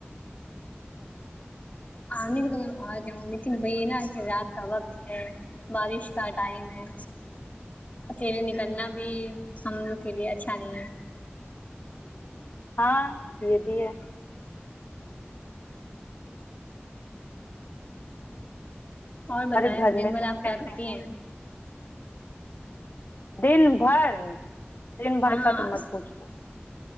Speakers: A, on the left; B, on the left.
A: آنے تو میں آ جاؤں لیکن وہی یہ نا کہ رات کا وقت ہے بارش کا ٹائم ہے اکیلے نکلنا بھی ہم لوگ کے لیے اچھا نہیں ہے
B: ہاں یہ بھی ہے
A: اور بتائیں
B: گھر
A: دن
B: میں
A: بھر
B: سب
A: آپ
B: کیسے
A: کیا کرتی ہیں
B: دن بھر دن بھر
A: ہاں
B: کا تو مت پوچو